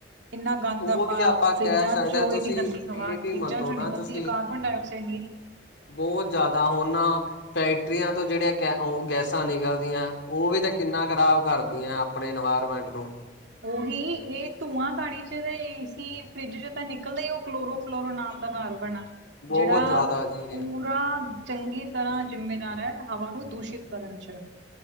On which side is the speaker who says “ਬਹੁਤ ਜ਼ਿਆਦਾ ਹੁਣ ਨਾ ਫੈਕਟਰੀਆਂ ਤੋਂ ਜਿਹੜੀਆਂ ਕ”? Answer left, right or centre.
Left